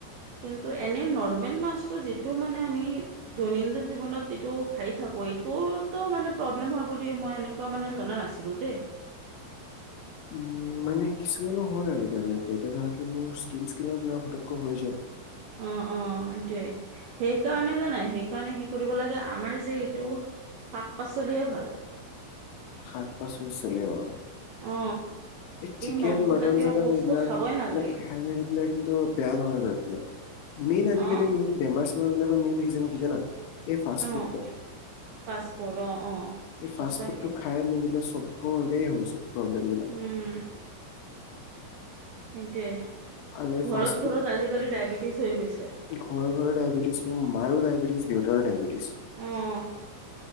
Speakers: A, on the right; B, on the left.
A: কিন্তু এনে নৰ্মেল মাছটো যিটো মানে আমি দৈনন্দিন জীৱনত ইটো খাই থাকোঁ এইটোতো মানে প্ৰব্লেম হয় বুলি মই এনে কোৱা মানে জনা নাছিলোঁ দে।
B: উম, মানে কিছুমানৰ হয় আৰু তেনে এতিয়া ধৰা কি মোৰ স্কীন স্কীনত পতুতকে হৈ যায়।
A: অ', অ', এইটোয়ে সেইকাৰণে জানাই সেইকাৰণে কি কৰিব লাগে আমাৰ যে এইটো শাক পাচলিয়ে ভাল।
B: শাক পাচল চলি অ'।
A: অ
B: এই চিকেন
A: মাংসজাতীয়
B: মটন চাটন
A: বস্তু
B: এইবিলাক,
A: খাবই
B: এইবিলাক
A: নালাগে
B: খাই মেলি পেলাই। কিন্তু বেয়া নহয়গৈ পেলাই, মেইন
A: অ',
B: আজিকালি মেইন বেমাৰ চেমাৰ বিলাকৰ মেইন ৰিজন কি জানা? এই ফাষ্ট
A: অ'
B: ফুডটো
A: পাছপৰ্ট অ', অ'।
B: এই ফাষ্ট
A: সঁচাকে
B: ফুডটো খাই মেলি পেলাই চবৰে হৈছে প্ৰব্লেম বিলাক।
A: উম। এইটোৱে,
B: আৰু এই
A: ঘৰত
B: ফাষ্ট ফুড
A: ঘৰত আজিকালি ডায়বেটিছ হৈ গৈছে।
B: ঘৰে ঘৰে ডায়েবেটিছ মোৰ মাৰো ডায়েবেটিছ দেউতাৰো ডায়েবেটিছ।
A: অ',